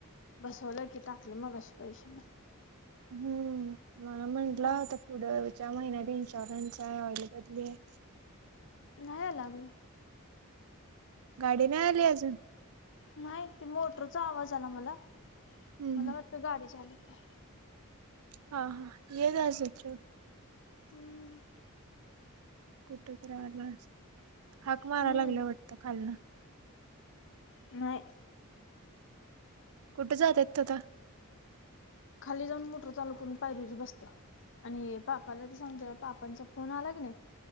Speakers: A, on the left (about 60°); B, on the right (about 85°).
A: बसवलं की टाकलं मगाशी पैसे.
B: हम्म मला म्हटलं
A: अग
B: होता पुढंच्या महिन्यात इन्शुरन्स आहे, ऑइल बदली आहे
A: नाही आला अजुन
B: गाडी नाही आली अजून
A: नाही ती मोटरचा आवाज आला मला
B: हम्म
A: मला वाटतं गाडीच आली की काय.
B: हा हा येत असल.
A: हम्म
B: कुठे तर आला असलं, हाक मारायला
A: हम्म
B: लागला वाटतं खालना.
A: नाही
B: कुठे जातेत तेव्हा.
A: खाली जाऊन मोटर चालू करून पायरीवरच बसत्यात. आणि पापाला ते सांगते पापांचा फोन आला की नाही.